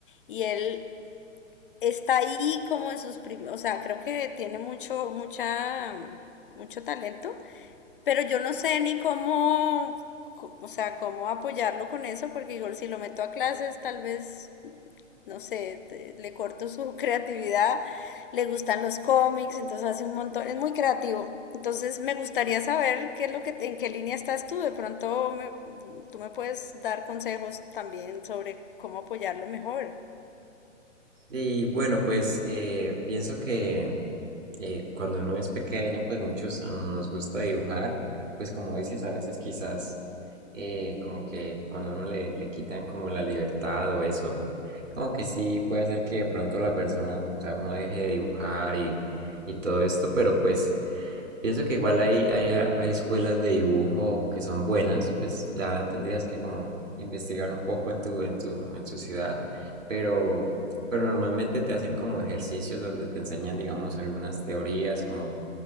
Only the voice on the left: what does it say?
Y él está ahí como en sus primeros, o sea, creo que tiene mucho, mucha, mucho talento, pero yo no sé ni cómo, co- o sea, cómo apoyarlo con eso, porque igual si lo meto a clases, tal vez, no sé, te- le corto su <laughs> creatividad, le gustan los cómics, entonces hace un montón, es muy creativo. Entonces me gustaría saber qué es lo que, te- en qué línea estás tú, de pronto me- tú me puedes dar consejos también sobre cómo apoyarlo mejor.